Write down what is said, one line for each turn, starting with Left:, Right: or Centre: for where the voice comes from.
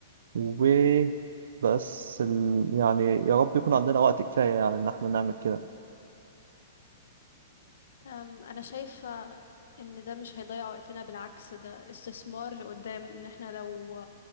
Right: وبس ال... يعني يا رب يكون عندنا وقت كفاية يعني إن إحنا نعمل كده
Left: أم، أنا شايفة إن ده مش هيضيع وقتنا بالعكس ده استثمار لقدام إن احنا لو